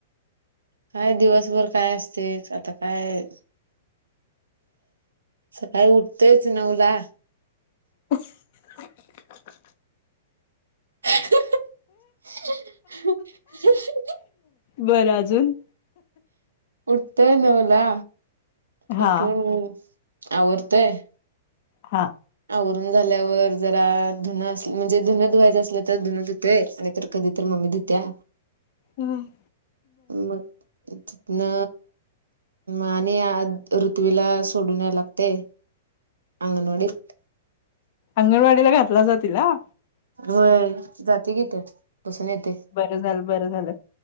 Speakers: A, on the right; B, on the left.
A: काय दिवसभर काय असतेच आता काय सकाळी उठतोयच नऊला
B: <inaudible>
A: <inaudible>
B: बरं अजून
A: उठतोय नऊला
B: हां,
A: उठून आवरतोयं
B: हां
A: आवरून झाल्यावर जरा धुनं अस म्हणजे धुनं धुवायचं असलं तर धुनं धुतय नाहीत कधी तर मम्मी धुत्या
B: हम
A: मग तितना आणि आ ऋथ्वीला सोडू न्याय लागते अंग नोडी
B: अंगणवाडीला घातला जातील ना
A: होय जाते किथ बसून येते
B: बरं झालं बरं झालं